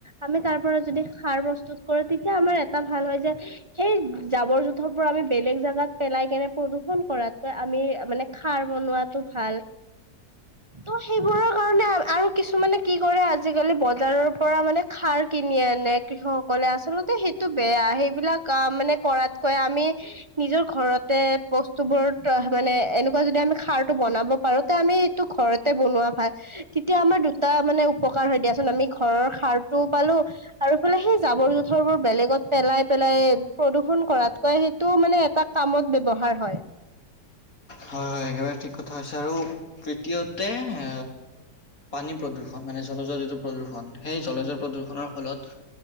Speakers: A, on the right; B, on the left.
A: আমি তাৰ পৰা যদি সাৰ প্ৰস্তুত কৰি তেতিয়া আমাৰ এটা ভাল হয় যে সেই জাবৰ য পৰা আমি বেলেগ জেগাত পেলাই কেনে প্ৰদূষণ কৰাতকৈ আমি মানে খাৰ বনোৱাটো ভাল ত' সেইবোৰৰ কাৰণে আৰু কিছুমানে কি কৰে আজিকালি বজাৰৰ পৰা মানে খাৰ কিনি আনে কৃষক সকলে আচলতে বেয়া সেইবিলাক মানে কৰাতকৈ আমি নিজৰ ঘৰতে বস্তু বোৰ মানে এনেকুৱা যদি আমি খাৰটো বনাব পাৰো তে আমি এইটো ঘৰতে বনোৱা ভাল তেতিয়া আমাৰ দুটা মানে উপকাৰ হয় দিয়াচোন আমি ঘৰৰ সাৰ তো পালো আৰুফালে সেই জাৱৰ জোঁথৰ বোৰ বেলেগ ত পেলাই পেলাই প্ৰদূষন কৰাতকৈ সেইটো মানে এটা কামত ব্যয়ৱহাৰ হয়
B: হয় হয় একেবাৰে ঠিক কথা হৈছে আৰু তৃতীয়তে এ পানী প্ৰদূৰষণ মানে জলজৰ যটো প্ৰদূষণ সেই জলজৰ প্ৰদূৰষনৰৰ ফলত